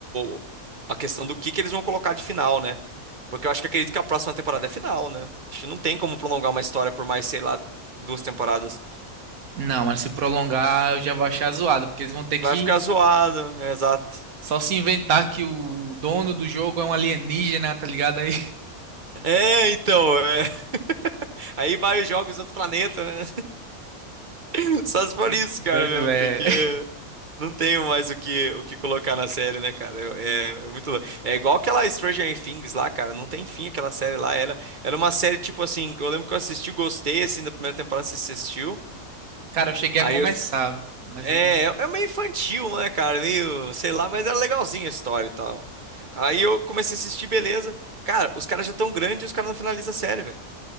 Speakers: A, on the right; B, on the right.
A: o- a questão do que que eles vão colocar de final, né? Porque eu acho que acredito que a próxima temporada é final, né? Acho que não tem como prolongar uma história por mais, sei lá, duas temporadas.
B: Não, mas se prolongar, eu já vou achar zoado, porque eles vão ter que
A: Vai ficar zoado, é, exato.
B: Só se inventar que o dono do jogo é um alienígena, tá ligado aí?
A: É, então, é. <laughs> Aí vai os jogos do outro planeta, né? <laughs> Só se for
B: <laughs>
A: isso,
B: Doido,
A: cara, mesmo,
B: velho.
A: porque Não tenho mais o que, o que colocar na série, né, cara? É, é- é muito louco. É igual aquela Stranger Things lá, cara. Não tem fim aquela série lá. Era, era uma série, tipo assim, eu lembro que eu assisti, gostei, assim, da primeira temporada, você assistiu.
B: Cara, eu cheguei
A: Aí
B: a começar,
A: eu.
B: mas
A: É,
B: eu não.
A: é é meio infantil, né, cara? Meio, sei lá, mas era legalzinha a história e tal. Aí eu comecei a assistir, beleza. Cara, os caras já tão grandes e os caras não finalizam a série, velho.